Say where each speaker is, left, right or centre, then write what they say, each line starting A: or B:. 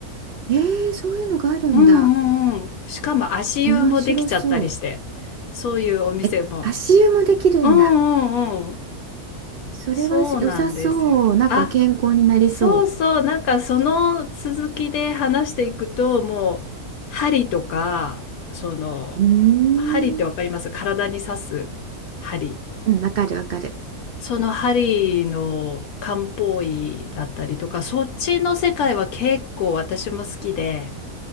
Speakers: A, on the right (about 85°); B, on the left (about 75°).
A: えー、そういうのがあるんだ。
B: うんうんうん。しかも足湯もできちゃったりして、
A: 面白そう。
B: そういうお店も。
A: え、足湯もできるんだ。
B: うんうんうん。
A: それは良さそう。
B: そうなんですよ。
A: なんか健康になりそ
B: あ、そうそう。なんかその続きで話していくと、もう針とか、その、
A: ううーん、
B: 針ってわかります体に刺す針。
A: う。うん、わかるわかる。
B: その針の漢方医だったりとか、そっちの世界は結構私も好きで、